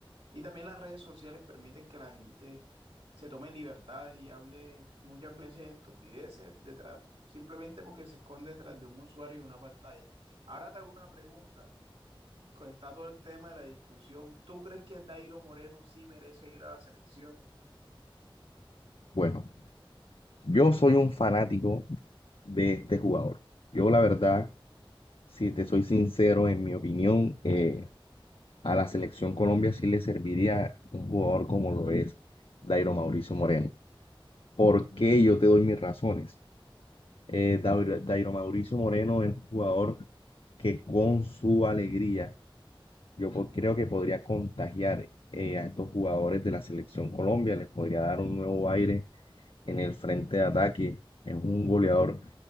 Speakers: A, on the right (about 85°); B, on the left (about 75°).
A: y también las redes sociales permiten que la gente se tome libertades y hable muchas veces estupideces detrás, simplemente porque se esconde detrás de un usuario y una pantalla. Ahora te hago una pregunta, que está todo el tema de la discusión. ¿Tú crees que Dairo Moreno sí merece ir a la selección?
B: Bueno, yo soy un fanático de este jugador. Yo la verdad, si te soy sincero, en mi opinión, eh, a la selección Colombia sí le serviría un jugador como lo es Dairo Mauricio Moreno. ¿Por qué yo te doy mis razones? Eh, Dairo Dairo Mauricio Moreno es un jugador que con su alegría yo po- creo que podría contagiar eh, a estos jugadores de la selección Colombia, les podría dar un nuevo aire en el frente de ataque. Es un goleador,